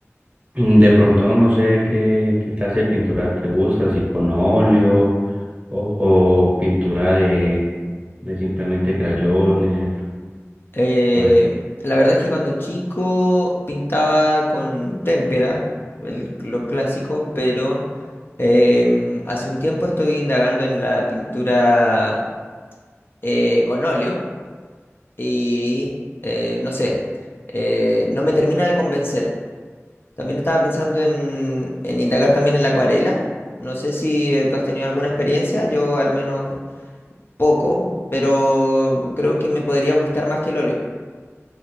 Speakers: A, on the right; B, on the left.
A: Mm, De pronto no sé qué, qué clase de pintura te gusta, si con óleo o, o pintura de, de simplemente crayones
B: Eh,
A: o de
B: la verdad es que cuando chico pintaba con témpera, el- lo clásico, pero em, hace un tiempo estoy indagando en la pintura eh, con óleo y eh, no sé, eh, no me termina de convencer. También estaba pensando en, en indagar también en la acuarela. No sé si eh, tú has tenido alguna experiencia, yo al menos poco, pero creo que me podría gustar más que el óleo.